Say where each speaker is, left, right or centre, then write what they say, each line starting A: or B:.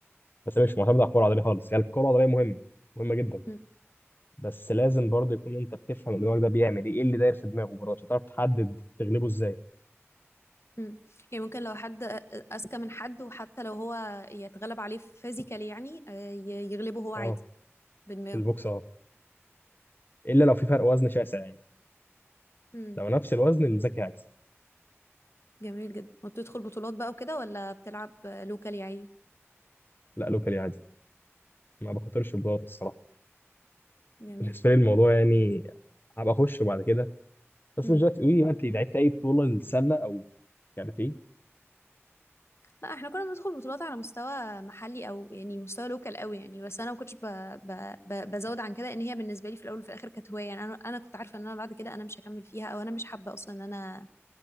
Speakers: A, on the left; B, on the left.
A: بس هي مش معتمده على الكره العضليه خالص هي يعني الكره العضليه مهمه مهمه جدا
B: امم
A: بس لازم برضه يكون انت بتفهم الدماغ ده بيعمل ايه ايه اللي داير في دماغه برضه عشان تعرف تحدد تغلبه ازاي
B: مم. يعني ممكن لو حد أذكى من حد وحتى لو هو يتغلب عليه فيزيكالي يعني آه، ي- يغلبه هو عادي
A: اه
B: بدماغه
A: في البوكس اه الا لو في فرق وزن شاسع يعني
B: مم.
A: لو نفس الوزن الذكي هيكسب
B: جميل جدا وبتدخل بطولات بقى وكده ولا بتلعب لوكالي عادي
A: لا لوكالي عادي ما بخاطرش ببلاط الصراحه
B: جميل
A: <laughs> بالنسبه لي الموضوع يعني هبقى اخش بعد كده بس
B: مم.
A: مش دلوقتي قولي بقى انت لعبت اي بطوله للسله او كاراتيه
B: لا احنا كنا بندخل بطولات على مستوى محلي او يعني مستوى لوكال قوي يعني بس انا ما كنتش ب... ب... ب... بزود عن كده ان هي بالنسبه لي في الاول وفي الاخر كانت هوايه يعني انا انا كنت عارفه ان انا بعد كده انا مش هكمل فيها او انا مش حابه اصلا ان انا